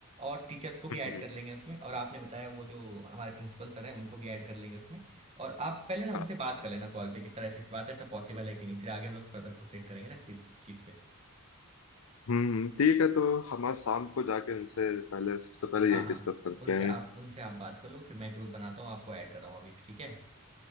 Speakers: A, on the right; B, on the left.
A: और टीचर्स को भी
B: हम्म
A: ऐड
B: हम्म
A: कर लेंगे उसमें और आपने बताया वो जो हमारे प्रिंसिपल सर हैं उनको भी ऐड कर लेंगे उसमें और आप पहले ना उनसे
B: हाँ।
A: बात कर लेना कॉल पे कि सर ऐसी ऐसी बात है ऐसा पॉसिबल है कि नहीं फिर आगे हम लोग फर्दर प्रोसीड करेंगे ना इस इस चीज़ पे
B: हम्म, ठीक है तो हम आज शाम को जाके उनसे पहले सबसे पहले
A: हाँ
B: ये
A: हाँ
B: डिस्कस करते
A: उनसे
B: हैं
A: आप उनसे आप बात कर लो फिर मैं ग्रुप बनाता हूँ आपको ऐड कर रहा हूँ अभी ठीक है